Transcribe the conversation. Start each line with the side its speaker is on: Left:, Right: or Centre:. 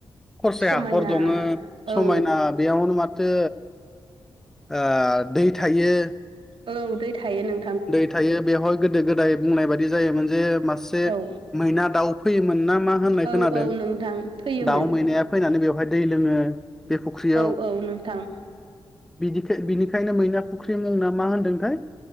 Centre: खरसे
Right: समायना
Centre: हाखर दङो समायना
Right: औ
Centre: बेयावनो माथो आ दै थायो।
Right: औ दै थायो नों
Centre: दै थायो बेवहाय गोदो गोदाय बुंनाय बायदि जायोमोन जे मासे
Right: औ
Centre: मैना दाउ फैयोमोन ना मा होननाय
Right: औ
Centre: खोनादों
Right: औ नोंथां फैयोमोन
Centre: दाउ मैनाया फैनानै बेवहाय दै लोङो बे फुख्रियाव।
Right: औ औ नोंथां
Centre: बिदिखे बिनिखायनो मैना फुख्रि मुंना मा होनदोंथाय?